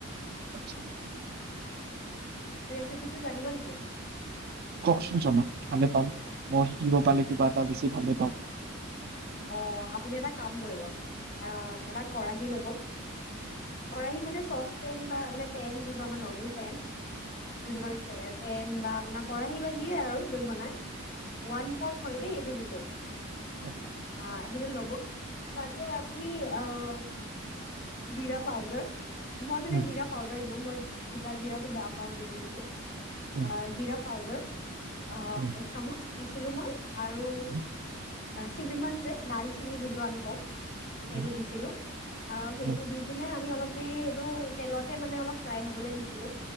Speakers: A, on the right; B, on the left.
A: আা <unintelligible>
B: ৰেচিপিটো জানিব নেকি?
A: কওকচোন চমাক ভালে পাম মই শিকিব পালে কিবা এটা বেছি ভালে পাম ।
B: অ 'আপুনি এটা কাম কৰিব আহ - এটা কেৰাহী ল'ব। কৰাৰাহি মানে চচ পেন বা মানে পেন যোনটো আমাৰ নৰ্মেল পেন যদি কি প পেন বা আপোনাৰ কৰাহি বা যিয়ে আৰু য'ত বনাই ওৱান পথ হয় দেই এইটো কিন্তু
A: অ
B: আহ সেইটো লব তাতে আপুনি আহ জিৰা পাউদাৰ মই মানে
A: উম,
B: জিৰা পাউদাৰ দিওঁ মই কুকুটা জিৰাটো বয়া পাওঁ যিহেতুতো
A: উম,
B: আঁ -জিৰা পাউডাৰ। অ',
A: উম,
B: এক চামুচ দিছিলো মই আৰু
A: উম,
B: চিনমান যে ডালচিনি যোনটো আমি কওঁ। সেইটো
A: উম,
B: দিছিলো আৰু সেইটো
A: উম,
B: দি পিনে আমি অলপ দ এইটো তেলতে মানে অলপ ফ্ৰাই হবলৈ দিছিলো